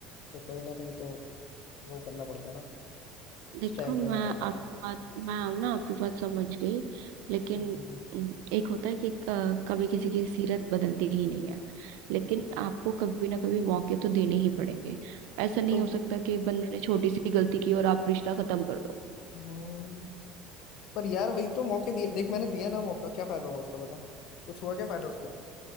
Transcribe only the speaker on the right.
देखो
मैं
आपकी
बात मैं ना आपकी बात समझ गई लेकिन
उम, एक होता है कि क- कभी किसी की सीरत बदलती ही नहीं है लेकिन आपको कभी ना कभी मौके तो देने ही पड़ेंगे ऐसा नहीं
हो सकता कि बंदे ने छोटी सी गलती की और आप रिश्ता खत्म कर दो